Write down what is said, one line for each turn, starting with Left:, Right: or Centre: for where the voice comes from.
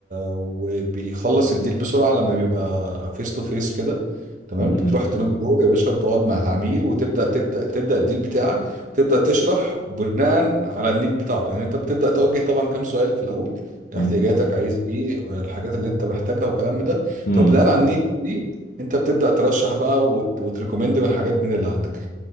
Right: وبيخلص الديل بسرعه لما بيبقى فيس تو فيس كده تمام
Left: امم،
Right: بتروح تنوك دور يا باشا وتقعد مع العميل وتبدا تبدا تبدا الديل بتاعك وتبدا تشرح بناء على النيد بتاعته يعني انت بتبدا توجه طبعا كام سؤال في الاول
Left: امم،
Right: احتياجاتك عايز ايه الحاجات اللي انت محتاجها والكلام ده
Left: امم.
Right: فبناء على النيد دي انت بتبدا ترشح بقى وت... وتريكومند من حاجات من اللي عندك